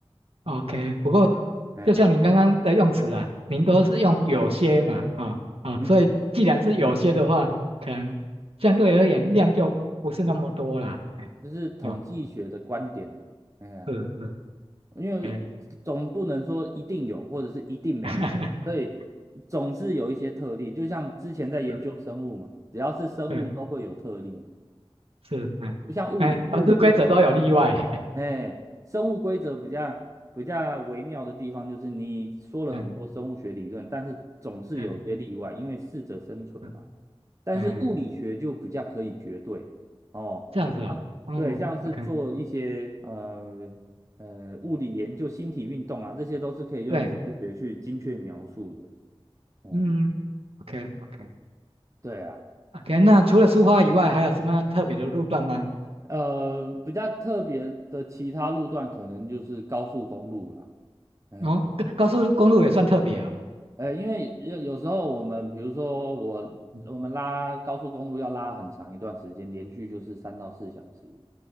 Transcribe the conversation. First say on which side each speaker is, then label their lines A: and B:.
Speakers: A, on the right; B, on the right.
A: o k 不过
B: 哎，
A: 就像您刚刚的用词啊，您都是用有些嘛，啊、啊、
B: 嗯，
A: 所以既然是有些的话，可能相对而言量就不是那么多啦。哎哦
B: 这是统计学的观点呢、哎呀，
A: 是是，
B: 因为
A: 对，
B: 总不能说一定有，或者是一定没有，
A: <laughs>
B: 所以总是有一些特例。就像之前在研究生物嘛，
A: 是
B: 只要是生物都会有特例，
A: 是是，哎哎，
B: 不像物理，
A: 凡是规则都有例外，
B: 物理就很
A: <laughs>
B: 哎，生物规则比较比较微妙的地方就是，你说了很多生物学理论，
A: 哎
B: 但是总是有些例外，
A: 哎
B: 因为适者生存嘛。
A: 是
B: 但是物理学就比较可以绝对哦，
A: 哎，这样子哦，嗯，OK，
B: 对，像是做一些呃呃物理研究、星体运动啊，这些都是可以用数学去精确描述的。
A: 对，
B: 嗯，
A: 嗯，OK OK
B: 对啊，
A: OK，那除了苏花以外，还有什么样特别的路段吗？
B: 呃，比较特别的其他路段可能就是高速公路啦。哎
A: 哦，高高速公路也算特别哦，
B: 呃，因为有有时候我们，比如说我我们拉高速公路要拉很长一段时间，
A: 嗯
B: 连续就是三到四小时。